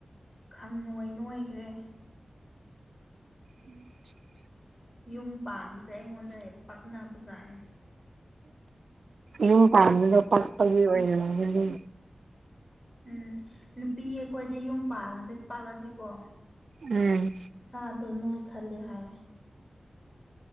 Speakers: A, on the left (about 30°); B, on the right (about 80°).
A: ꯈꯪ ꯅꯣꯏ ꯅꯣꯏꯈ꯭ꯔꯦ
B: ꯎꯝ
A: ꯌꯨꯝ ꯄꯥꯟꯕꯁꯦ ꯑꯩꯉꯣꯟꯗ ꯍꯦꯛ ꯄꯥꯛꯅꯕꯖꯥꯠꯅꯤ
B: ꯌꯨꯝ ꯄꯥꯟꯕꯗ ꯄꯛꯄꯒꯤ ꯑꯣꯏꯔꯝꯒꯅꯤ
A: ꯎꯝ ꯅꯨꯄꯤ ꯑꯩꯈꯣꯏꯗꯤ ꯌꯨꯝ ꯄꯥꯜꯂꯗꯤ ꯄꯥꯛꯑꯗꯤꯀꯣ
B: ꯎꯝ
A: ꯁꯥꯗꯣ ꯅꯣꯏꯈꯠꯂꯤ ꯍꯥꯏꯌꯦ